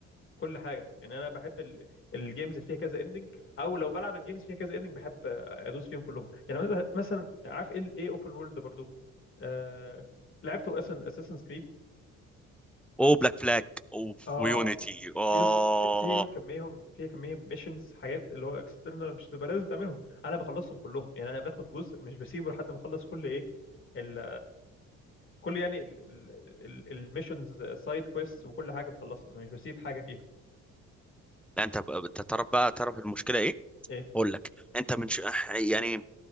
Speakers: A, on the left; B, in the centre.
A: كل حاجه يعني انا بحب ال- الجيمز اللي فيها كذا اندنج او لو بلعب الجيمز فيها كذا اندنج بحب ادوس فيهم كلهم يعني مثلا مثلا عارف ايه ايه اوبن وورلد برضو آه... لعبت اساسن اساسن كريد
B: او بلاك فلاج اوف
A: اه
B: ويونيتي اه
A: يس في- فيهم كميهم في كميهم ميشنز حاجات اللي هو اكسترنال مش تبقى لازم تعملهم انا بخلصهم كلهم يعني انا باخد جزء مش بسيبه لحد ما اخلص كل ايه ال كل يعني الميشنز سايد كويست وكل حاجه بخلصها مش بسيب حاجه فيها
B: لا، انت ب- انت تعرف بقى تعرف المشكله ايه
A: ايه
B: اقول لك انت من ش... يعني